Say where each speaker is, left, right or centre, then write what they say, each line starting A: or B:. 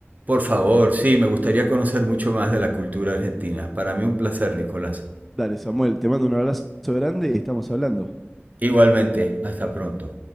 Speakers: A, on the right; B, in the centre.
A: Por favor, sí, me gustaría conocer mucho más de la cultura argentina. Para mí un placer, Nicolás.
B: Dale, Samuel, te mando un abrazo grande y estamos hablando.
A: Igualmente, hasta pronto.